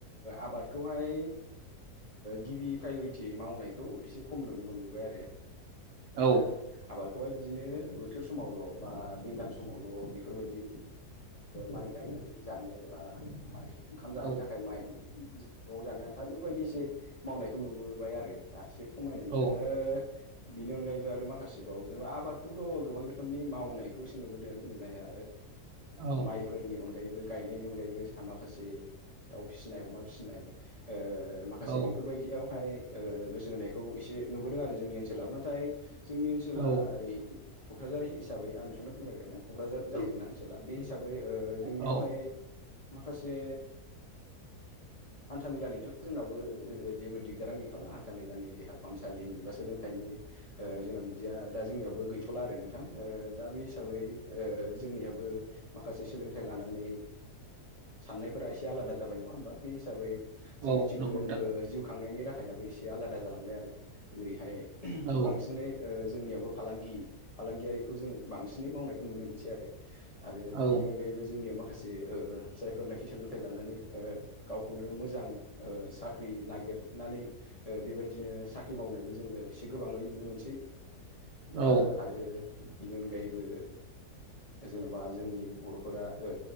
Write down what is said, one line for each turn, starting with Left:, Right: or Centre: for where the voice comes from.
Left: आबादखौहाय गिबि प्रायरिटियै मावनायखौ एसे खम नुनो मोनबोबाय आरो
Right: औ
Left: दा आबादखौहाय बिदिनो बोथोर समावल' बा दैलां समावल' बेफोरबायदि माइ गायनानै जानो बा माइ ओंखाम जानो
Right: औ
Left: थाखाय माइ न'आव जानो आन्था बेफोरबायदि एसे मावनायखौ नुबोबाय आरो दा एसे खमायनाय नुदों
Right: औ
Left: बिनि अनगायैबो आरो माखासेबाव जेनेबा आबादखौथ' गोबां रोखोमनि मावनायखौ एसे नुबोदों नुनाया
Right: औ
Left: माइफोरनि अनगायैबो गायनायनि अनगायैबो जोंहा माखासे दाउ फिसिनाय अमा फिसिनाय माखासे
Right: औ
Left: बेफोरबायदियावहाय गोसो होनायखौ एसे नुबोदों आरो जोंनि ओनसोलाव नाथाय जोंनि ओनसोला
Right: औ
Left: ओरै क'क्रराझार हिसाबै आं नोंथांनो फोरमायबायना क'क्रराझार जायो जोंना ओनसोला बे हि साबै जोंनियावहाय
Right: औ
Left: माखासे हान्था मेलानिथ' जोंनाबो जेबो दिगदारानो गैखाला हान्थामेलानि देहा फाहामसालिनि बा सोलोंथाइनि जोंनाव बिदिया दा जोंनियावबो गैथ'ला आरो नों थां दा बे हिसाबै जोंनियाबो माखासे सोलोंथाइ लानानै साननायफोरा एसे आलादा जाबाय नङा होमबा बे हिसाबै जोंनिथिंबो
Right: औ नंगौ नोंथां
Left: जिउ खांनायनि राहायाबो एसे आलादा जालांबाय आरो जेरैहाय
Right: औ
Left: बांसिनै ओ जोंनियावबो फालांगि फालांगियारिखौ जों बांसिनै मावनायखौ नुनो मोनसै आरो आरो
Right: औ
Left: बिनि अनगायैबो जोंनियाव माखासे ओ जायफोरनाखि सोलोंथाइ लानानै ओ गावखौनो मोजां ओ साख्रि नागिरनानै बेबायदिनो ओ साख्रि साख्रि मावनायबो जोङो एसे गोबाङै नुनो मोनसै दा
Right: औ
Left: आरो बेनि अनगायैबो जेन'बा जोंनि बर'फोरा ओ